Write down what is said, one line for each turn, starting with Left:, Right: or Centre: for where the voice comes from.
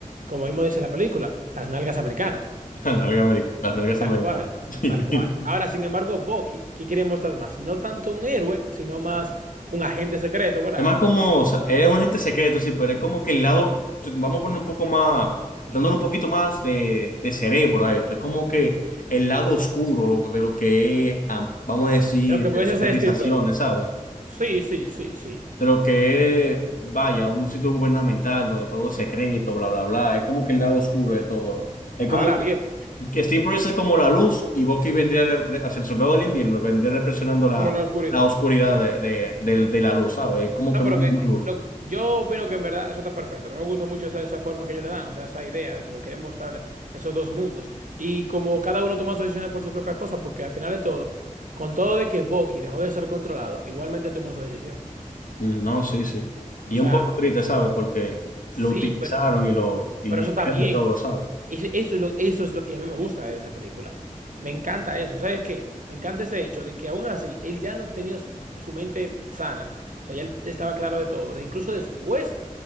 Right: como mismo dice la película, las nalgas americanas.
Left: <laughs> Las nalgas americanas, las nalgas
Right: Tal
Left: americanas.
Right: cual,
Left: <laughs>
Right: tal cual. Ahora, sin embargo, Bucky, ¿qué quiere mostrar más? No tanto un héroe, sino más un agente secreto, ¿verdad?
Left: es más como, o sea, eres un agente secreto, sí, pero es como que el lado, vamos a poner un poco más, dándole un poquito más de, de cerebro a esto, es como que el lado oscuro lo- de lo que es, ah, vamos a decir,
Right: Lo que
Left: de
Right: puede
Left: las organizaciones,
Right: ser Steve Rogers.
Left: ¿sabes?
Right: Sí, sí, sí, sí,
Left: De lo que
Right: sí.
Left: es, vaya, un sitio gubernamental donde todo es secreto, bla, bla, bla, es como que el lado oscuro de todo. Es como
Right: Ahora
Left: que
Right: bien,
Left: que Steve Bruce es como la luz y Bucky vendría, repre- hacia el soldado del invierno, vendría represionando la,
Right: como la oscuridad.
Left: la oscuridad de, de, de- de la luz, ¿sabes? Es como
Right: No,
Left: que muy,
Right: pero que
Left: muy
Right: eh,
Left: duro.
Right: lo- yo opino que en verdad eso está perfecto. A mí me gusta mucho esa, esa forma que ellos le dan, o sea, esa idea de cómo quieren mostrar esos dos mundos. Y como cada uno toma sus decisiones por su propia cosa, porque al final de todo, con todo de que Bucky dejó de ser controlado, igualmente él tomó su decisión.
Left: Mm, No, sí, sí. Y
Right: O
Left: es
Right: sea,
Left: un poco triste, ¿sabes? Porque
Right: sí,
Left: lo utilizaron
Right: pero...
Left: y lo y
Right: Pero
Left: le
Right: eso
Left: hicieron
Right: está bien.
Left: de todo, ¿sabes?
Right: Eso, eso es lo, eso es lo que a mí me gusta de esa película. Me encanta eso. ¿Sabes qué? Me encanta ese hecho de que aún así él ya no tenía su, su mente sana. O sea, ya él estaba claro de todo. De incluso después